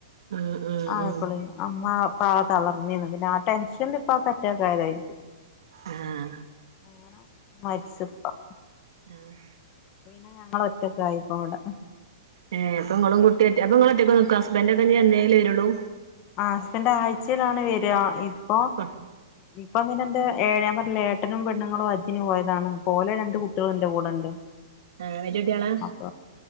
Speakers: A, on the right (about 75°); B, on the left (about 30°).
A: ഉം ഉം
B: ആയപ്പളേ
A: ഉം
B: ആഹ് മ്മ ഇപ്പാകെ തളർന്നീന്നു. പിന്നെ ആ ടെൻഷൻല് ഇപ്പാക്ക് അറ്റാക്കായതായിരിക്കും.
A: ആഹ്ഹാ.
B: അങ്ങനെ മരിച്ച് ഇപ്പ.
A: ആഹ്.
B: അപ്പൊപിന്നെ ഞങ്ങള് ഒറ്റക്കായിപ്പോ ഇവടെ.
A: ഏഹ് അപ്പൊ ഇങ്ങളും കുട്ടി ഒറ്റ, അപ്പം ഇങ്ങളൊക്കെ നിക്കൊ ഹസ്ബൻഡ് ഒക്കെഞ്ഞ് എന്നേലൊ വരൊള്ളൂ.
B: ആഹ് ഹസ്ബൻഡ് ആഴ്ചേലാണ് വരാ. ഇപ്പൊ
A: മക്ക
B: ഇപ്പം പിന്ന എറെ ഏഴാൻ പറഞ്ഞില്ല ഇപ്പങ്ങനെൻ്റെ ഞാൻ പറഞ്ഞിലേ ഏട്ടനും പെണ്ണുങ്ങളും ഹജ്ജിന് പോയതാണ്. അപ്പോലെ രണ്ട് കുട്ട്യേളും ഇന്റെ കൂടെണ്ട്.
A: ആഹ് വല്ല്യെ കുട്ട്യേളാ.
B: അപ്പ